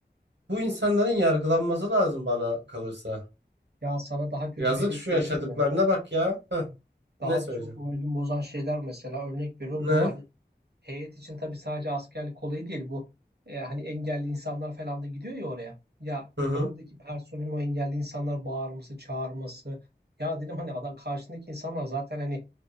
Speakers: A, on the right; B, on the right.
A: bu insanların yargılanması lazım bana kalırsa.
B: Ya sana daha kötü
A: Yazık
B: bir şey
A: şu
B: söyleyeyim
A: yaşadıklarına
B: mi?
A: bak ya. Heh,
B: Daha
A: ne söyleyeceğim?
B: çok moralimi bozan şeyler mesela örnek veriyorum
A: Ne?
B: bu hani Heyet için tabii sadece askerlik olayı değil bu e, hani engelli insanlar falan da gidiyor ya oraya. Ya
A: Hı hı.
B: oradaki personelin o engelli insanlar bağırması, çağırması. Ya dedim hani adam karşındaki insanlar zaten hani